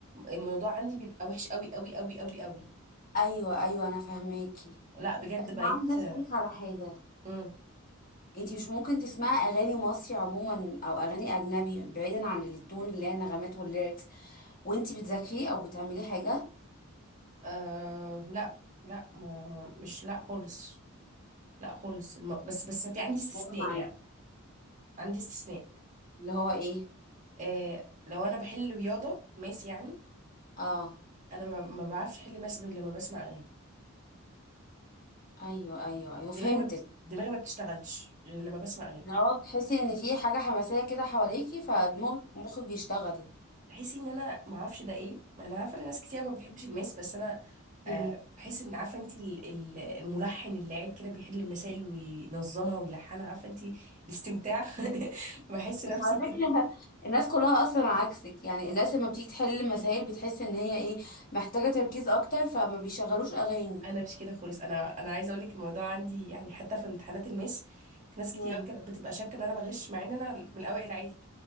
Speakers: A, on the right; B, on the left.
A: الموضوع عندي بيبقى وحش قوي قوي قوي قوي قوي
B: ايوه ايوه انا فاهماكي
A: لا بجد
B: أنا
A: بقيت
B: عايزه اسالك على حاجه
A: مم.
B: انتي مش ممكن تسمعي اغاني مصري عموما او اغاني اجنبي بعيدا عن التون اللي هي النغمات والليركس وانتي بتذاكري او بتعملي حاجه
A: آه لا لا ما مش لا خالص لا خالص الم... بس بس في عندي استثناء
B: أيوة معاكي.
A: يعني عندي استثناء
B: اللي هو ايه
A: آه لو انا بحل رياضة ماس يعني
B: اه
A: انا ما, ما بعرفش احل ماس غير لما بسمع اغاني
B: ايوه ايوه ايوه
A: دماغي
B: فهمتك
A: ما بت... دماغي ما بتشتغلش غير لما بسمع اغاني
B: اللي هو تحسي ان في حاجه حماسيه كده حواليكي فدماغك مخك بيشتغل
A: بحس ان انا ما اعرفش ده ايه انا عارفه ان ناس كتير ما بتحبش الماس بس انا
B: مم.
A: آه بحس ان عارفه انت ال- ال- الملحن اللي قاعد كده بيحل المسائل وينظمها ويلحنها عارفه انت الاستمتاع <laughs> بحس نفسي
B: بس على
A: كده
B: فكره <laughs> الناس كلها اصلا عكسك يعني الناس لما بتيجي تحل مسائل بتحس ان هي ايه محتاجه تركيز اكتر فما بيشغلوش اغاني
A: انا مش كده خالص انا انا عايزه اقول لك الموضوع عندي يعني حتى في امتحانات الماس ناس كتير
B: مم.
A: قوي كانت بتبقى شاكه ان انا بغش مع ان انا من الاوائل عادي